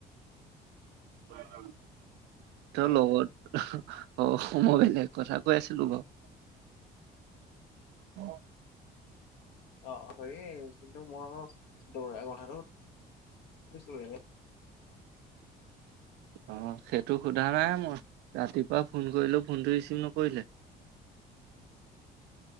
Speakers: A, on the right; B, on the left.
A: অ <unintelligible> ত লগত অ মই বেলেগ কথা কৈ আছিলো বাৰু <unintelligible> হ <unintelligible>
B: অ হয়েই কিন্তু মই দৌৰা কথাটো। ছ নাই <unintelligible>
A: অ' সেইটো সোধা নাই, মই ৰাতিপুৱা ফোন কৰিলো ফোনটো ৰিচিভ নকৰিলে।